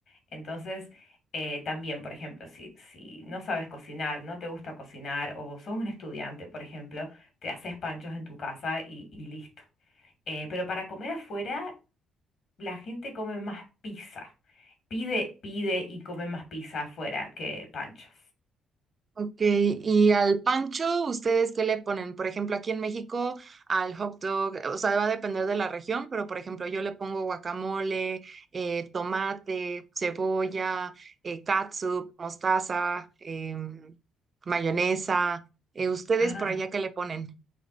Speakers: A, on the left; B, on the right.
A: Entonces, eh, también, por ejemplo, si, si no sabes cocinar, no te gusta cocinar o sos un estudiante, por ejemplo, te haces panchos en tu casa y, y listo. Eh, pero para comer afuera, la gente come más pizza. Pide, pide y come más pizza afuera que panchos.
B: Ok, y al pancho, ¿ustedes qué le ponen? Por ejemplo, aquí en México, al hot dog, eh, o sea, va a depender de la región, pero por ejemplo, yo le pongo guacamole, eh, tomate, cebolla, eh, catsup, mostaza, em, mayonesa. Eh, ¿ustedes
A: Ah,
B: por allá qué le ponen?